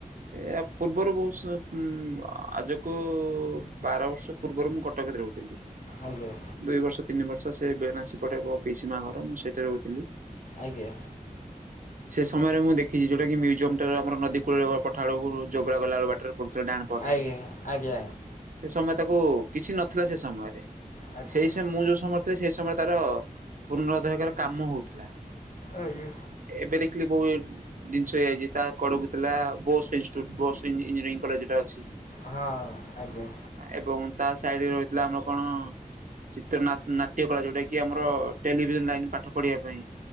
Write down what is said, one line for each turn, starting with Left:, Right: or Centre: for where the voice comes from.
Right: ଏ ଆ ପୂର୍ବରୁ ବୋହୁତ ସ ଉଁମ୍ ଆଜକୁ ବାର ବର୍ଷ ପୂର୍ବରୁ ମୁଁ କଟକରେ ତ ରହୁଥିଲି।
Left: ଆଜ୍ଞା।
Right: ଦୁଇ ବର୍ଷ ତିନି ବର୍ଷ ସେ ବେନାସୀପଟେ ମୋ ପିଇସି ମାଆ ଘର ମୁଁ ସେଇଠି ରହୁଥିଲି।
Left: ଆଜ୍ଞା।
Right: ସେ ସମୟରେ ମୁଁ ଦେଖିଚି ଯୋଉଟା କି ମ୍ୟୁଜିୟମଟା ଆମର ନଦୀ କୂଳରେ ଓ ପଠା ଉଳକୁ ଯୋଗ୍ରା ଗଲାବେଳକୁ ବାଟରେ ପ ସେ ଡାହାଣ ପଘେରେ
Left: ଆଜ୍ଞା ଆଜ୍ଞା
Right: ସେ ସମୟ ତାକୁ କିଛି ନଥିଲା ସେ ସମୟରେ।
Left: ଆଜ୍ଞା ଆଚ୍ଛା
Right: ସେଇ ସମୟ ମୁଁ ଯୋଉ ସମୟରେ ଥିଲି ସେଇ ସମୟରେ ତାର ପୁନ ଦେହେକାର କାମ ହୋଉଥୁଲା।
Left: ଆ ଇଏ
Right: ଏବେ ଦେଖିଲି ବୋଉ ଜିନିଷ ହେଇଯାଇଛି ତା କଡକୁ ଥିଲା ବସ୍ ଇଟି୍ୟୁଟ ବସ୍ ଇଞ୍ଜିନିୟରିଂ କଲେଜଟା ଅଛି।
Left: ହଁ, ଆଜ୍ଞା।
Right: ଏବଂ ତା ସାଇଡି ରେ ରହିଥିଲା। ଆମର କଣ ଚିତ୍ରନାନାଟ୍ୟ କଳା ଯୋଉଟା କି ଆମର ଟେଲିଭିଜନ ଲାଇନ ପାଠ ପଢିବା ପାଇଁ।